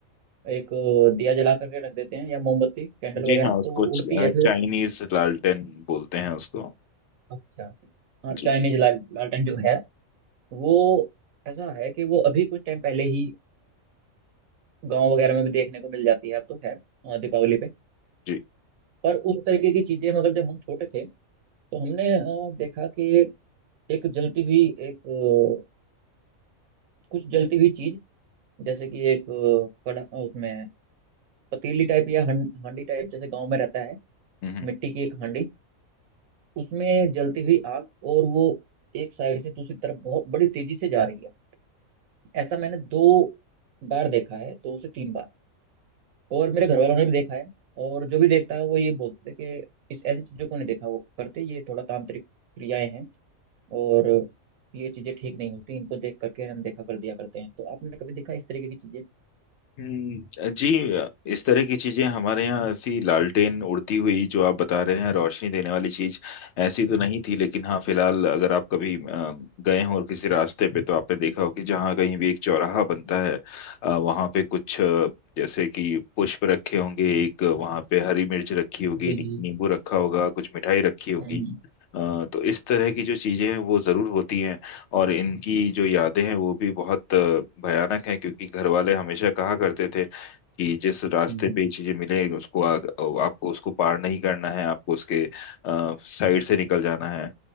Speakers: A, on the right; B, on the left.
A: एक अ, दिया जला करके रख देते हैं या मोमबत्ती कैंडल
B: जी
A: वगैरह
B: हाँ उसको
A: तो वो उड़ती
B: चाइनीज
A: है फिर
B: लालटेन बोलते हैं उसको
A: अच्छा हाँ
B: जी
A: चाइनीज लाल, लालटेन जो है वो ऐसा है कि वो अभी कुछ टाइम पहले ही गांव वगैरह में भी देखने को मिल जाती है अब तो खैर अ, दीपावली पे
B: जी
A: पर उस तरीके की चीजें मतलब जब हम छोटे थे तो हमने अ, देखा कि एक जलती हुई एक अ, कुछ जलती हुई चीज जैसे कि एक अ, कड़ा उसमें पतीली टाइप या हं- हांडी टाइप जैसे गांव में रहता है
B: हम्म हम्म।
A: मिट्टी की एक हांडी उसमें जलती हुई आग और वो एक साइड से दूसरी तरफ बहुत बड़ी तेजी से जा रही है ऐसा मैंने दो बार देखा है दो से तीन बार और मेरे घर वालों ने भी देखा है और जो भी देखता है वो ये बोलते थे कि इस ऐसी चीजों को नहीं देखा वो करते ये थोड़ा तांत्रिक क्रियाएं हैं और ये चीजें ठीक नहीं होती इनको देख करके अनदेखा कर दिया करते हैं तो आपने कभी देखा इस तरीके की चीजें
B: हम्म, जी इस तरह की चीजें हमारे यहाँ ऐसी लालटेन उड़ती हुई जो आप बता रहे हैं रोशनी देने वाली चीज ऐसी तो
A: जी
B: नहीं थी लेकिन हाँ फिलहाल अगर आप कभी अ, गए हो और किसी रास्ते पे तो आपने देखा हो कि जहाँ कहीं भी एक चौराहा बनता है अ, वहाँ पे कुछ अ, जैसे कि पुष्प रखे होंगे एक वहाँ पे हरी मिर्च रखी होगी
A: जी
B: नी-
A: जी
B: नींबू रखा होगा कुछ मिठाई रखी होगी
A: हम्म
B: अ, तो इस तरह की जो चीजें हैं वो जरूर होती हैं और इनकी जो यादें हैं वो भी बहुत अ, भयानक हैं क्योंकि घर वाले हमेशा कहा करते थे कि जिस रास्ते
A: हम्म
B: पे
A: हम्म,
B: ये चीजें मिले उसको आग, आपको उसको पार नहीं करना है आपको उसके साइड से निकल जाना है